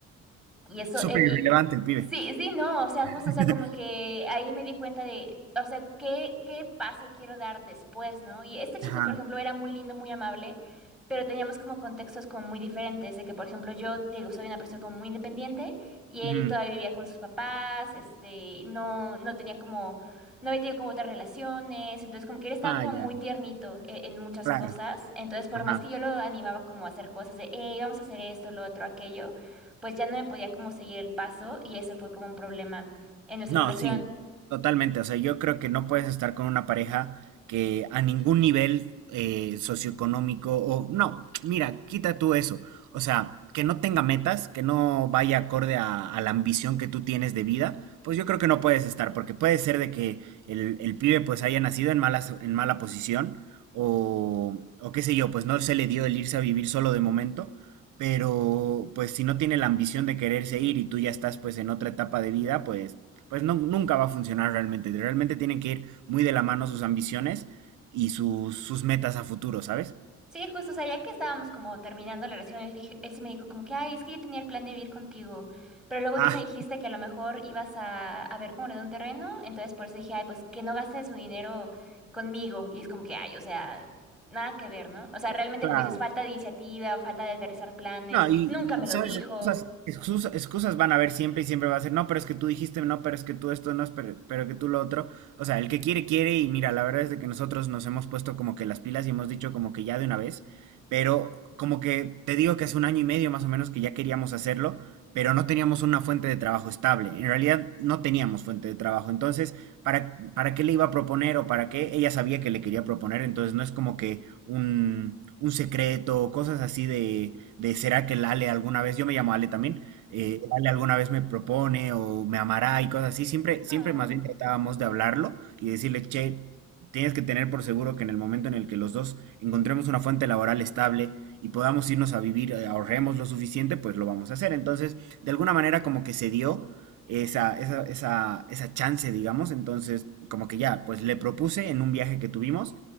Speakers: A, in the centre; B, on the right.
A: Y eso,
B: Súper
A: et-
B: irrelevante
A: y,
B: el pibe.
A: sí, sí, no, o sea, justo,
B: <laughs>
A: o sea, como que ahí me di cuenta de, o sea, qué, qué paso quiero dar después, ¿no? Y este chico,
B: Ajá.
A: por ejemplo, era muy lindo, muy amable, pero teníamos como contextos como muy diferentes, de que, por ejemplo, yo, te digo, soy una persona como muy independiente y
B: ujú.
A: él todavía vivía con sus papás, este, no, no tenía como, no había tenido como otras relaciones, entonces como que él estaba
B: Ah,
A: como
B: ya.
A: muy tiernito e- en, muchas
B: Claro.
A: cosas, entonces por
B: Ajá.
A: más que yo lo animaba como a hacer cosas de, hey, vamos a hacer esto, lo otro, aquello pues ya no me podía como seguir el paso y ese fue como un problema en nuestra
B: No,
A: relación.
B: sí, totalmente. O sea, yo creo que no puedes estar con una pareja que a ningún nivel eh, socioeconómico o no, mira, quita tú eso. O sea, que no tenga metas, que no vaya acorde a, a la ambición que tú tienes de vida, pues yo creo que no puedes estar, porque puede ser de que el, el pibe pues haya nacido en mala, en mala posición o, o qué sé yo, pues no se le dio el irse a vivir solo de momento pero pues si no tiene la ambición de quererse ir y tú ya estás pues en otra etapa de vida, pues pues no, nunca va a funcionar realmente. Realmente tienen que ir muy de la mano sus ambiciones y sus, sus metas a futuro, ¿sabes?
A: Sí, justo, o sea, ya que estábamos como terminando la relación, él, dije- él sí me dijo como que, ay, es que yo tenía el plan de vivir contigo, pero luego
B: Ah,
A: tú me dijiste que a lo mejor ibas a, a ver como lo de un terreno, entonces por eso dije, ay, pues que no gaste su dinero conmigo y es como que, ay, o sea... Nada que ver, ¿no? O sea, realmente
B: claro.
A: como dices, falta de iniciativa, falta de aterrizar planes,
B: No, y,
A: nunca me
B: y,
A: lo
B: sabes,
A: dijo.
B: excusas, excusas, excusas van a haber siempre y siempre va a ser, no, pero es que tú dijiste, no, pero es que tú esto, no, es pero, pero que tú lo otro. O sea, el que quiere, quiere, y mira, la verdad es de que nosotros nos hemos puesto como que las pilas y hemos dicho como que ya de una vez, pero como que te digo que hace un año y medio más o menos que ya queríamos hacerlo, pero no teníamos una fuente de trabajo estable. En realidad no teníamos fuente de trabajo. Entonces, ¿para, para qué le iba a proponer o para qué? Ella sabía que le quería proponer, entonces no es como que un, un secreto, cosas así de, de será que el Ale alguna vez, yo me llamo Ale también, eh, el Ale alguna vez me propone o me amará y cosas así, siempre,
A: Ajá.
B: siempre más bien tratábamos de hablarlo y decirle, che, tienes que tener por seguro que en el momento en el que los dos encontremos una fuente laboral estable y podamos irnos a vivir, eh, ahorremos lo suficiente, pues lo vamos a hacer. Entonces, de alguna manera como que se dio esa, esa, esa, esa chance, digamos. Entonces, como que ya, pues le propuse en un viaje que tuvimos